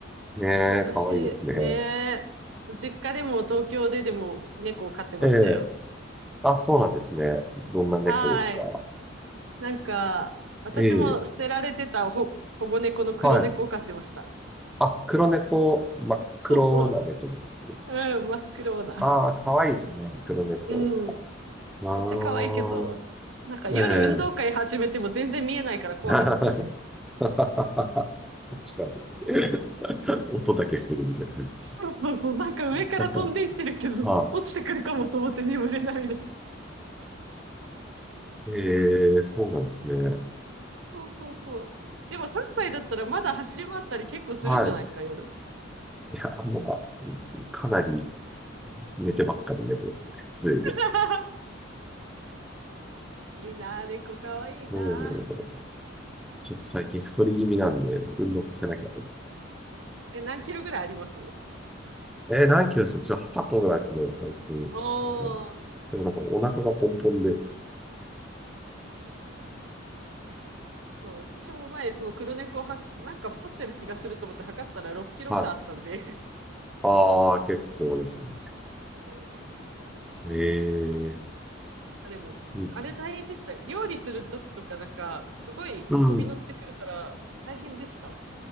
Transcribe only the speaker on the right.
昔、
ねえ、実家でも東京ででも猫を飼ってましたよ。
はい。なんか、私も捨てられてたほ保護猫の黒猫を飼ってました。
そうそう。うん、真っ黒な。
ちっちゃい。
うん。
めっちゃ可愛いけど、なんか夜運動会始めても全然見えないから怖かったです。
そうそうそう、なんか上から飛んでいってるけど、
<laughs> 落ちてくるかもと思って眠れないで。
そうそうそう。でも3歳だったらまだ走り回ったり結構するんじゃないですか、
夜。
うん。
<laughs> いいなぁ、猫かわいいな
ぁ。え、何キロぐらいあります
おー。
そう、私も前、その黒猫は、なんか太ってる気がすると思って測ったら6キロぐらいあったんで。
うん。そうなん
かでも、
あれ大変でした。料理するときとかなんか、すごい飛び乗ってくるから大変でした。